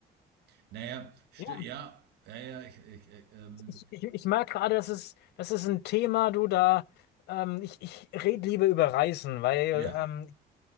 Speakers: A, on the right; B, on the left.
A: Naja, sti-
B: Ja,
A: ja, ja, ja, ich, ich, äh, ähm,
B: ich, ich, ich merke gerade, das ist, das ist ein Thema, du da, ähm, ich, ich rede lieber über Reisen, weil
A: ja,
B: ähm,